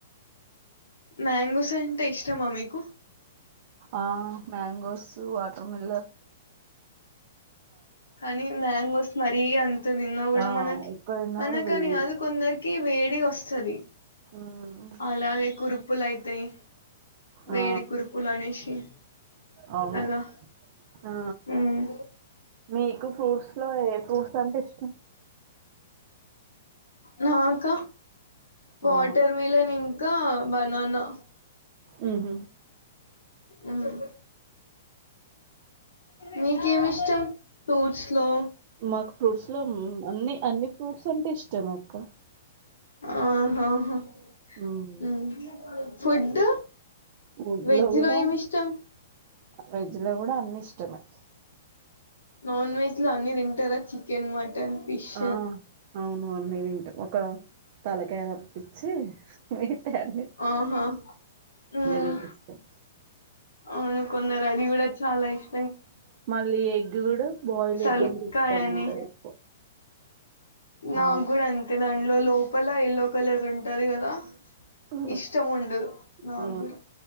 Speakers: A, on the left; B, on the right.
A: మ్యాంగోస్ అంటే ఇష్టమా మీకు
B: ఆ మ్యాంగోస్ వాటర్ మిలన్
A: కానీ మ్యాంగోస్ మరి దియన్ ఎంత తిన్నా
B: ఆ
A: మనకి
B: ఎక్కువ తిన్నా
A: మనకని
B: కూడా వేడి
A: కాదు కొందరికి మనకని కాదు కొందరికి వేడి వస్తది వస్తది
B: మ్మ్
A: అలాగే కురుపులు అతాయి వేడి
B: ఆ
A: కురుపులు అనేసి
B: అవును
A: కదా
B: ఆ
A: హుమ్మ్
B: మీకు ఫ్రూట్స్ లో ఏ ఫ్రూట్స్ అంటే ఇష్టం
A: నాక వాటర్
B: ఆ
A: మిలన్ ఇంకా ఇంకా బనానా
B: ఉ హు
A: ఉ హు మీకేమి ఇష్టం ఫ్రూట్స్ లో
B: మాకు ఫ్రూట్స్ లో అన్ని అన్ని ఫ్రూట్స్ అంటే ఇష్టమే అక్క
A: ఆహాహా
B: మ్మ్
A: మ్ ఫుడ్
B: గుడ్డులో
A: వెజ్‌లో
B: కూడా
A: ఏమిష్టం?
B: వెజ్ లో కూడా అన్ని ఇష్టమే
A: నాన్ వెజ్ లో అన్ని తింటారా చికెన్ మటన్ ఫిష్?
B: ఆ అవును ఆ అన్ని తింటాం ఒక తల <unintelligible> పిచ్చి అంతే అన్ని
A: ఆహా! ఉమ్
B: తినేస్తాం
A: అవును కొన్నారుఅది కూడా చాలా ఇష్
B: మళ్లీ ఎగ్ బాయిల్
A: తల్కాయని
B: ఎగ్ అంటే ఇష్టం ఉండదు ఎక్కువ ఆ
A: నాగుడు అంతే గా లోపల ఎల్లో కలర్ ఉంటది కదా
B: ఆ
A: ఇష్టముండదు నా
B: ఆ,
A: కూడా